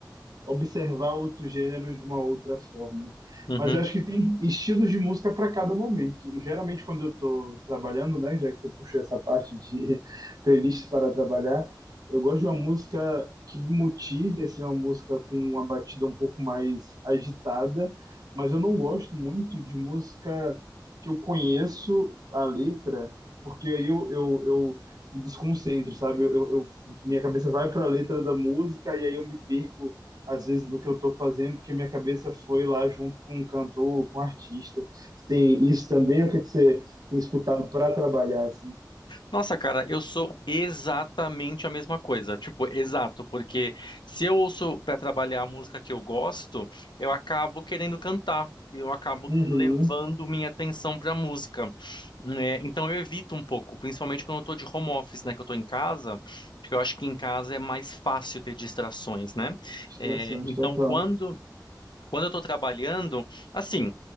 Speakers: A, on the right (about 60°); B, on the left (about 80°).
A: observar outros gêneros de uma outra forma.
B: uhum.
A: Mas eu acho que tem estilos de música para cada momento. Geralmente, quando eu estou trabalhando, né, já que você puxou essa parte de <laughs> playlist para trabalhar, eu gosto de uma música que me motive, assim, uma música com uma batida um pouco mais agitada, mas eu não gosto muito de música que eu conheço a letra, porque aí eu, eu, eu me desconcentro, sabe? Eu, eu- eu- minha cabeça vai para a letra da música e aí eu me perco às vezes do que eu estou fazendo, porque minha cabeça foi lá junto com um cantor, com um artista. Você tem isso também, ou o que que você tem escutado para trabalhar assim?
B: Nossa, cara, eu sou exatamente a mesma coisa. Tipo, exato, porque se eu ouço para trabalhar a música que eu gosto, eu acabo querendo cantar. Eu acabo
A: Uhum.
B: levando minha atenção para a música, né? Então eu evito um pouco, principalmente quando eu tô de home office, né? Que eu tô em casa, porque eu acho que em casa é mais fácil ter distrações, né?
A: Distrações,
B: É, então
A: total.
B: quando quando eu tô trabalhando, assim,